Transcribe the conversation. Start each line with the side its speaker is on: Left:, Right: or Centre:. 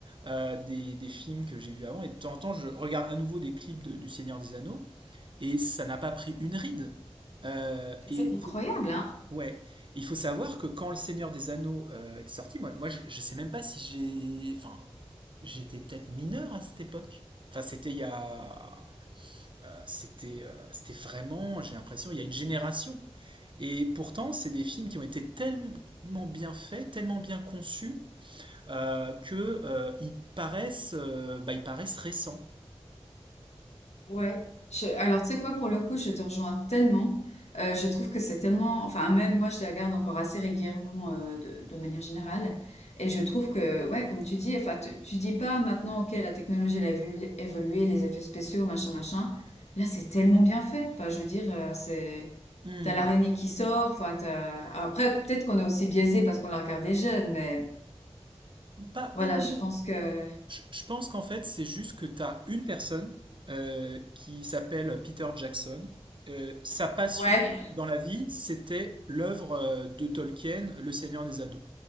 Right: euh, des, des films que j'ai vus avant. Et de temps en temps, je regarde à nouveau des clips de- du Seigneur des Anneaux. Et ça n'a pas pris une ride. Euh,
Left: C'est
Right: et
Left: incroyable, hein?
Right: Ouais, il faut savoir que quand Le Seigneur des Anneaux euh, est sorti, moi, moi je, je sais même pas si j'ai. Enfin, j'étais peut-être mineur à cette époque. Enfin, c'était il y a. euh, C'était euh, c'était vraiment, j'ai l'impression, il y a une génération. Et pourtant, c'est des films qui ont été tellement bien faits, tellement bien conçus, euh, que euh, ils paraissent, euh, bah, ils paraissent récents.
Left: Ouais, je- alors tu sais quoi, pour le coup, je te rejoins tellement. Euh, je trouve que c'est tellement, enfin même moi, je les regarde encore assez régulièrement euh, de, de manière générale, et je trouve que, ouais, comme tu dis, enfin tu, tu dis pas maintenant, ok, la technologie elle a vu évoluer, les effets spéciaux, machin, machin. Là, c'est tellement bien fait. Enfin, je veux dire, euh, c'est
Right: Hmm.
Left: T'as l'araignée qui sort, enfin t'as... Après, peut-être qu'on est aussi biaisé parce qu'on l'a regardé jeune, mais
Right: Pas, pas
Left: voilà,
Right: tellement.
Left: je pense que...
Right: Je je pense qu'en fait, c'est juste que tu as une personne euh, qui s'appelle Peter Jackson. Euh, sa passion
Left: Ouais,
Right: dans la vie, c'était l'œuvre euh, de Tolkien, Le Seigneur des Anneaux.